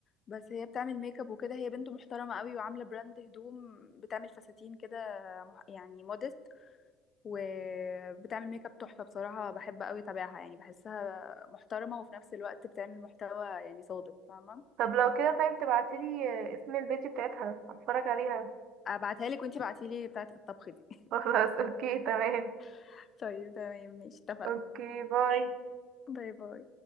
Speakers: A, on the left (about 40°); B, on the right (about 60°).
A: بس هي بتعمل ميك اب وكده هي بنت محترمه قوي وعامله براند هدوم بتعمل فساتين كده مح- يعني مودست وبتعمل ميك اب تحفه بصراحه بحب قوي اتابعها يعني بحسها محترمه وفي نفس الوقت بتعمل محتوى يعني صادق فاهمه
B: طب لو كده طيب تبعتيلي اسم البيت بتاعتها اتفرج عليها
A: ابعتها لك وانتي بعتيلي بتاعه الطبخ دي
B: <laughs> خلاص اوكي تمام
A: <laughs> طيب تمام ماشي اتفقنا
B: اوكي باي
A: باي باي